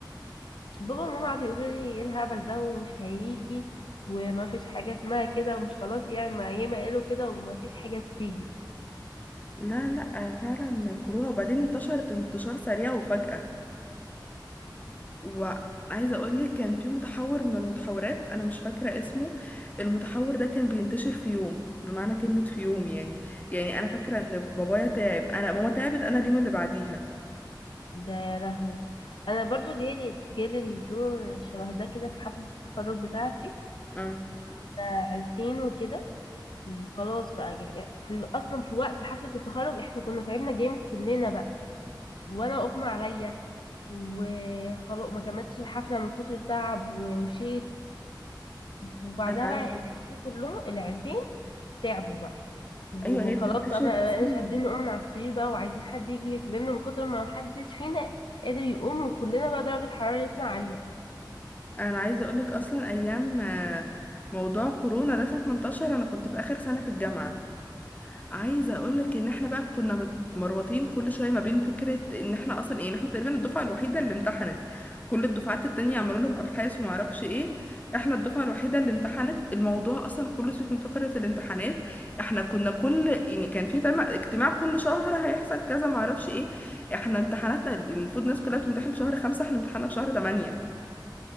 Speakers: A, on the left (about 85°); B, on the left (about 20°).
A: بابا وماما قعدوا يقولوا لي ايه الهبل ده ومش هيجي وما فيش حاجة اسمها كده ومش خلاص يعني ما ياما قالوا كده وما فيش حاجة تيجي
B: لا لا آه، فعلا كورونا وبعدين انتشرت انتشار سريع وفجأة وعايزة اقول لك كان في متحور من المتحورات انا مش فاكرة اسمه المتحور ده كان بينتشر في يوم بمعنى كلمة في يوم يعني يعني انا فاكرة ان بابايا تعب انا ماما تعبت انا اليوم اللي بعديها
A: ده يا لهوي انا برضو جالي جالي الدور شبه ده كده في حفلة التخرج بتاعتي
B: مم.
A: آه، عيلتين وكده وخلاص بقى يعني في اصلا في وقت حفلة التخرج احنا كنا تعبنا جامد كلنا بقى وانا اغمى عليا وخلاص ما كملتش الحفلة من كتر التعب ومشيت وبعدها
B: انا عاي...
A: بقى العيلتين كلهم العيلتين تعبوا بقى وخلاص
B: ايوه هي بتنتشر
A: بقى ما بقناش
B: بسرعة
A: قادرين نقوم من على السرير بقى وعايزين حد يجي يخدمنا من كتر ما حدش فينا قادر يقوم وكلنا بقى درجة حرارتنا عالية
B: انا عايزة اقول لك اصلا ايام آه، موضوع كورونا ده ساعة ما انتشر انا كنت في اخر سنة في الجامعة عايزه اقول لك ان احنا بقى كنا متمربطين كل شويه ما بين فكره ان احنا اصلا ايه إن احنا تقريبا الدفعه الوحيده اللي امتحنت كل الدفعات التانية عملوا لهم ابحاث وما اعرفش ايه احنا الدفعه الوحيده اللي امتحنت الموضوع اصلا كله سيبك من فكره الامتحانات احنا كنا كل يعني كان في تم- اجتماع كل شهر هيحصل كذا ما اعرفش ايه احنا امتحاناتنا المفروض الناس كلها بتمتحن في شهر خمسة احنا امتحاننا في شهر تمانية